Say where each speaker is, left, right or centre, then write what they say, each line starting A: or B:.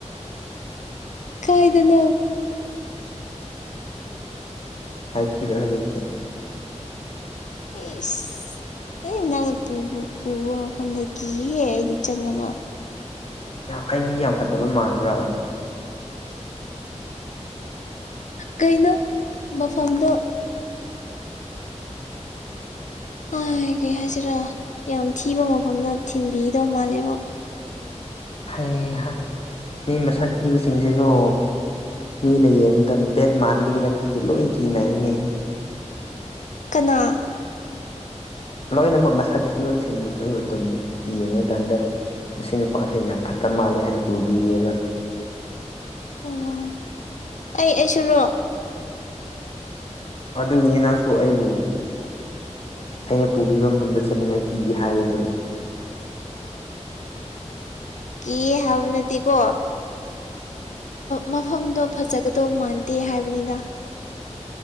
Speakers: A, on the left (about 85°); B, on the left (about 55°).
A: ꯀꯥꯏꯗꯅꯣ
B: ꯍꯥꯏꯕꯤꯈꯤꯕ ꯍꯧꯖꯤꯗꯤ
A: ꯑꯦꯁ ꯑ ꯅꯪꯅ ꯄꯨꯕ ꯃꯐꯝꯗ ꯀꯤꯒꯦ ꯑꯩꯗꯤ ꯆꯠꯅꯕ
B: ꯑꯩ ꯃꯤ ꯌꯥꯝ ꯐꯠꯇꯕ ꯃꯥꯟꯕ꯭ꯔꯥ
A: ꯀꯩꯅꯣ ꯃꯐꯝꯗꯣ ꯍꯥꯏ ꯀꯩ ꯍꯥꯏꯁꯤꯔꯥ ꯌꯥꯝ ꯊꯤꯕ ꯃꯐꯝꯗ ꯊꯤꯟꯕꯤꯒꯗꯧ ꯃꯥꯜꯂꯦꯕꯣ
B: ꯍꯩꯍꯥ ꯃꯤ ꯃꯁꯥꯛ ꯊꯤꯕꯁ- ꯆꯤꯡꯖꯤꯔꯣ ꯃꯤꯅ ꯌꯦꯡꯕꯗ ꯕꯦꯠ ꯃꯥꯟꯕꯒꯤꯔ ꯈꯪꯗꯦ ꯂꯣꯏ ꯀꯤꯅꯩꯅꯦ
A: ꯀꯅꯥ
B: ꯂꯣꯏꯅꯃꯛ ꯃꯁꯛ ꯊꯤꯕꯁꯤꯡꯕꯨꯗꯨ ꯑꯗꯨꯝ ꯌꯦꯡꯉꯀꯥꯟꯗ ꯃꯁꯤ ꯅꯨꯄꯥꯁꯦ ꯌꯥꯝ ꯐꯠꯇ ꯃꯥꯜꯂꯦ ꯍꯥꯏꯅ ꯎꯕꯤꯌꯦꯕ
A: ꯑꯣ ꯑꯩ -ꯑꯩꯁꯨꯔꯣ
B: ꯑꯗꯨꯒꯤꯅꯦ ꯅꯪꯁꯨ ꯑꯩꯕꯨ ꯑꯩꯅ ꯄꯨꯕꯤꯕ ꯃꯐꯝꯗ ꯆꯠꯅꯤꯡꯉꯥꯏ ꯀꯤꯌꯦ ꯍꯥꯏꯔꯤꯗꯣ
A: ꯀꯤ ꯍꯥꯢꯕꯅꯠꯇꯦ ꯀꯣ ꯃꯐꯝꯗꯣ ꯐꯖꯒꯗꯧ ꯃꯥꯟꯗꯦ ꯍꯥꯏꯕꯅꯤꯅ